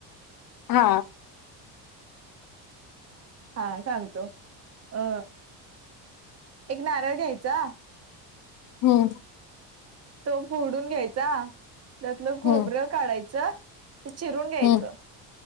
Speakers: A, on the left (about 45°); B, on the right (about 30°).
A: हा
B: हा सांगतो अ एक नारळ घ्यायचा
A: हम्म
B: तो फोडून घ्यायचा त्यातलं खोबरं
A: हम्म
B: काढायचं ते चिरून घ्यायचं
A: हम्म